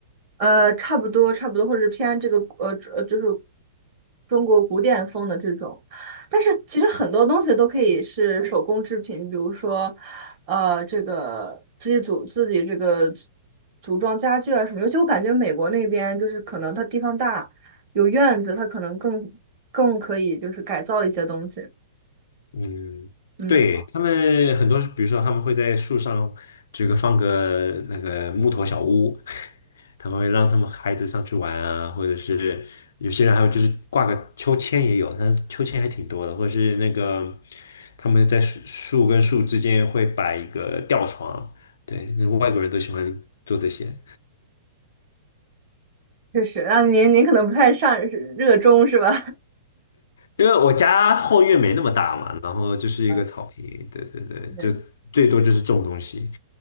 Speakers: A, on the right (about 35°); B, on the left (about 75°).
A: 呃，差不多，差不多，或者是偏这个呃呃，就是中国古典风的这种。但是其实很多东西都可以是手工制品，比如说，呃，这个自己组自己这个组组装家具啊什么。尤其我感觉美国那边就是可能它地方大，有院子，它可能更更可以就是改造一些东西。
B: 嗯，
A: 嗯，
B: 对，他们很多是比如说他们会在树上这个放个那个木头小屋，<laughs> 他们会让他们孩子上去玩啊，或者是有些人还有就是挂个秋千也有，但是秋千还挺多的，或者是那个他们在树树跟树之间会摆一个吊床，对，那外国人都喜欢做这些。
A: 确实，那您您可能不太上热衷是吧？
B: 因为我家后院没那么大嘛，然后就是一个草坪，
A: <laughs> 啊，
B: 对对对，
A: 对，
B: 就最多就是种东西，